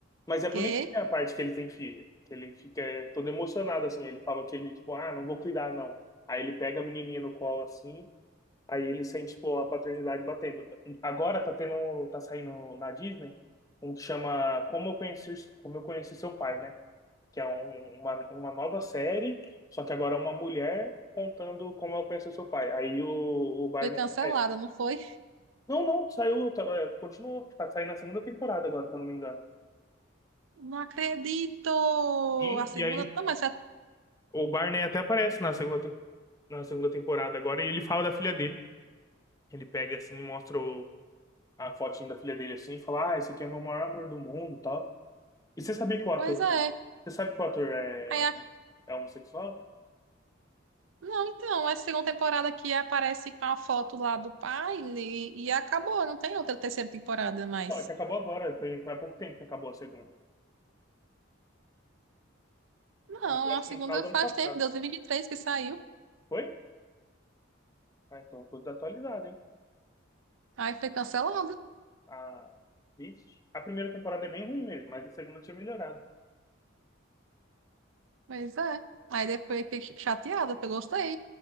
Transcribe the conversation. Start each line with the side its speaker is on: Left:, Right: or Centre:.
Left: Mas é
Right: Que
Left: bonitinha a parte que ele tem filha, que ele fica é, todo emocionado assim, ele fala que ele tipo, ah, não vou cuidar não. Aí ele pega a menininha no colo assim, aí ele sente tipo a paternidade batendo. Agora tá tendo, tá saindo na Disney um que chama Como eu conheci, como eu conheci seu pai, né? que é um- uma, uma nova série, só que agora é uma mulher contando como ela conheceu seu pai. Aí o, o Barney.
Right: foi cancelada,
Left: é,
Right: não foi?
Left: não, não, saiu, tá, é, continuou, tá saindo na segunda temporada agora, se eu não me engano.
Right: Não acredito!
Left: E,
Right: A segunda
Left: e aí
Right: também já.
Left: o Barney até aparece na segunda, tem- na segunda temporada agora e ele fala da filha dele. Ele pega assim, mostra o- a fotinho da filha dele assim e fala: Ah, esse aqui é meu maior amor do mundo e tal. E você sabia que o ator.
Right: Pois é.
Left: Você sabe que o ator é,
Right: Aí
Left: é homossexual?
Right: Não, então, essa segunda temporada aqui aparece com a foto lá do pai e, e acabou, não tem outra terceira temporada mais.
Left: Ó, é que acabou agora, foi, foi há pouco tempo que acabou a segunda.
Right: Não,
Left: Nossa, acho
Right: a segunda
Left: que no final do
Right: faz
Left: ano passado.
Right: tempo, 2023 que saiu.
Left: Foi? Ah, então, tudo atualizado, hein?
Right: Aí foi cancelada.
Left: A... Vixe. A primeira temporada é bem ruim mesmo, mas a segunda tinha melhorado.
Right: Pois é. Aí depois fiquei chateada, porque eu gostei.